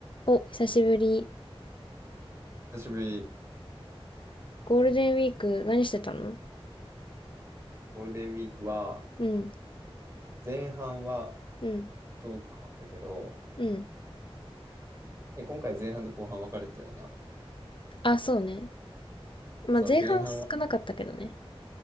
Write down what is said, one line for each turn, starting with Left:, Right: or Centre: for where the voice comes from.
Left: お、久しぶり。
Right: 久しぶり、
Left: ゴールデンウィーク何してたの
Right: ゴールデンウィークは、
Left: うん、
Right: 前半は
Left: うん、
Right: 東京だったけど、
Left: うん。
Right: え、今回前半と後半分かれてたよな。
Left: あ、そうね。まあ、
Right: そう、
Left: 前半少なかったけどね。
Right: 前半は、